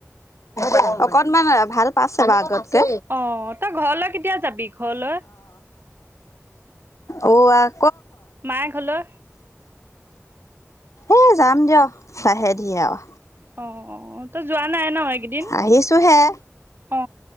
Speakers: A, on the left; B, on the right.
A: <unintelligible> অকণমান ভাল পাইছে বাউ আগতকে
B: অ অ তই ঘৰলৈ কেতিয়া যাবি ঘৰলৈ
A: অ অ আহ
B: মায়ে ঘৰলৈ
A: এ যাম দিয়ক লাহে ধিয়ে আৰু
B: অ তই যোৱা নাই ন এইকেইদিন
A: আহিছো হে
B: অ